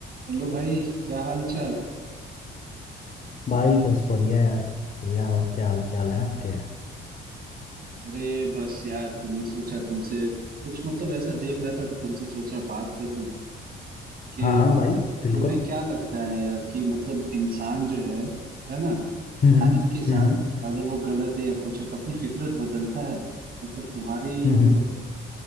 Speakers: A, on the right; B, on the left.
A: Hello भाई क्या हाल चाल
B: भाई बस बढ़िया यार बढ़िया और क्या हाल क्या हाल है आपके
A: अरे बस यार तो मैं सोचा तुमसे कुछ मतलब ऐसा देख रहा था तो तुमसे सोचा बात कर लूं कि
B: हाँ हाँ भाई
A: मतलब
B: बिल्कुल
A: तुम्हें क्या लगता है यार कि मतलब इंसान जो है है ना
B: हम्म
A: टाइम
B: हम्म
A: के साथ
B: हम्म
A: अगर वो गलत है या कुछ है तो अपनी फितरत बदलता है मतलब तुम्हारी
B: हम्म
A: मतलब
B: हम्म,